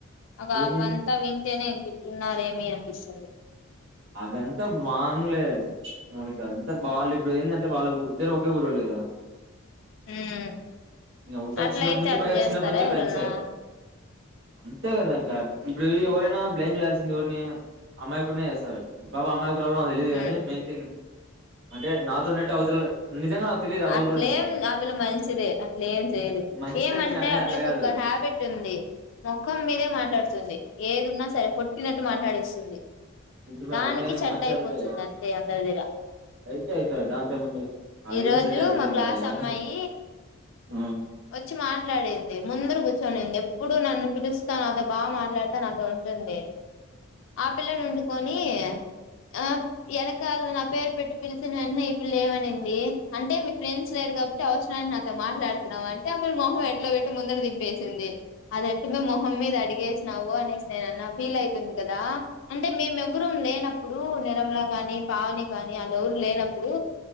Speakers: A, on the left; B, on the right.
A: అవ
B: ఏమైంది
A: వంతా వింతేనే ఇంకి అంటున్నారేమి అనిపిస్తుంది
B: అదంతా బాన్లేదు మనికి అదంతా బాాలు ఇప్పుడు ఏంటంటే వాళ్ళు ఇద్దరు ఒకే ఊరళ్ళు కదా
A: ఉమ్
B: ఇంకా ఉంటది
A: అట్లయితే
B: చిన్నప్పటి నుంచి
A: అట్లా
B: పైగా
A: చేస్తారా
B: చిన్నప్పటి నుంచి
A: ఎవరన్నా
B: ఫ్రెండ్సే అంతే కదా ఇంకా ఇప్పుడు ఎవరైనా బ్లెయిమ్ చేయాల్సింది ఎవరిని అమ్మాయికు సరే బబా అమా తెలీయదు
A: ఉమ్
B: కాని మెయిన్ థింగ్ అంటే నాతోన్నట్టు అవతుల నిజంగా తెలియదు ఆ బాబు
A: అట్లేం
B: గురించి
A: అపిల మంచిదే అట్లే ఏం చేయదు
B: మంచిదంటే
A: ఏమంటే
B: నేను అనేది
A: ఆ
B: అట్లా
A: పిల్లకి
B: కాదు
A: ఒక హ్యాబిట్ ఉంది మొఖం మీదే మాట్లాడు ంది ఏది ఉన్నా సరి కొట్టినట్టు మాట్లాడిస్తుంది
B: మంచి
A: దానికి
B: అదే
A: చెడ్డ
B: మంచి
A: అయిపోతుంది
B: హ్యాబిటే కదా
A: అంతే అందరి దగ్గర
B: అయితే అయితది దాంతో ఏముంది అదేం
A: ఈరోజు
B: చెడ్డ
A: రు
B: హ్యాబిట్
A: మా
B: ఏం
A: క్లాస్
B: కాదులే గాని
A: అమ్మాయి
B: ఆ
A: వచ్చి మాట్లాడింది ముందర కూర్చొనింది ఎప్పుడు నన్ను పిలుస్తాను అత బాగా మాట్లాడ డి ంది ఆ పిల్ల నుండు కొని ఆక అ నా పేరు పెట్టి పిలిచిన వెంటనే ఇప్పు లేవమనింది అంటే మీ ఫ్రెండ్స్ లేరు కాబట్టి అవసరమైన నాతో మాట్లాడుతున్నాం అంటే అప్పులు మొహం ఎట్లా పెట్టి ముందర ది వేసింది అదట్టుమే మొహం మీద అడిగే నవవు అనే స్నే ఫీల్ వు ంది కదా అంటే మేము ఎవ్వర లేనప్పుడు రంలా కాని పావని కానీ ఆలఊరు లేనప్పుడు